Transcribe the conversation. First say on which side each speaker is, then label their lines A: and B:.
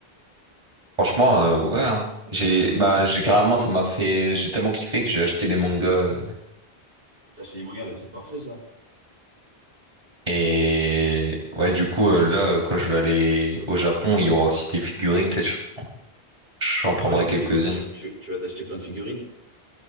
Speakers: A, on the right; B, on the right.
A: Franchement, euh, ouais. hein. J'ai, bah, j'ai carrément, ça m'a fait, j'ai tellement kiffé que j'ai acheté les mangas. euh,
B: T'as acheté des mangas, ouais, c'est parfait ça.
A: et ouais, du coup, euh, là, euh, quand je vais aller au Japon, il y aura aussi des figurines, peut-être, j'en j'en prendrai
B: Ah Ouais, du
A: quelques-unes.
B: coup, du coup tu, tu- tu vas t'acheter plein de figurines?